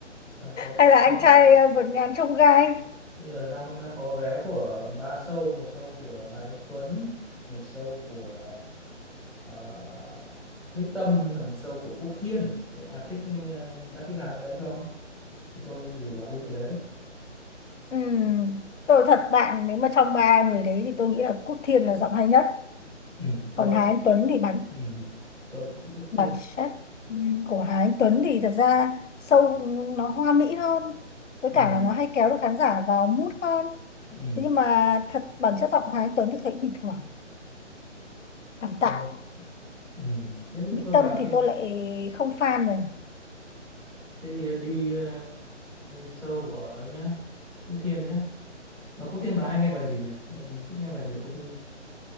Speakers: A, in the centre; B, on the left.
A: Đang có
B: Hay là
A: có
B: anh trai à, vượt ngàn chông gai?
A: bây giờ đang đang có vé của ba show, một show của Hà Anh Tuấn, một show của ờ, Mỹ Tâm, với cả một show của Quốc Thiên. Thế bà thích ờ, ca sĩ nào trong đấy không? Thì tôi dù bà đi cái đấy
B: Ừm, tôi thật bạn nếu mà trong ba người đấy thì tôi nghĩ là Quốc Thiên là giọng hay nhất.
A: ừ tôi
B: Còn Hà
A: cũng-
B: Anh Tuấn thì bản
A: ừ tôi cũng thích Quốc
B: bản
A: Thiên
B: chất ừm, của Hà Anh Tuấn thì thật ra sâu nó hoa mỹ hơn. Với
A: ừ
B: cả là nó hay kéo được khán giả vào mood hơn.
A: ừ
B: Thế nhưng mà thật bản chất giọng Hà Anh Tuấn tôi thấy bình thường, tạm
A: ờ
B: tạm.
A: ừ thế
B: Mỹ
A: thì tôi
B: Tâm
A: bảo
B: thì
A: khi
B: tôi lại không fan rồi.
A: thế thì đi uh, show của ấy nhá Quốc Thiên nhá mà Quốc Thiên bà hay nghe bài gì nhỉ bài gì thích nghe bài gì của Quốc Thiên